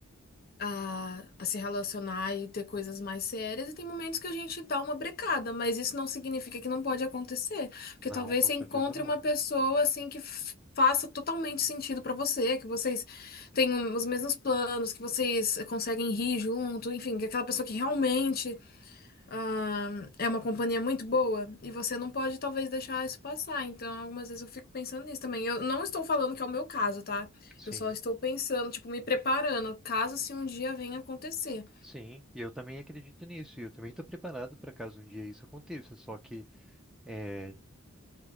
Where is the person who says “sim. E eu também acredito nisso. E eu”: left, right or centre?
Centre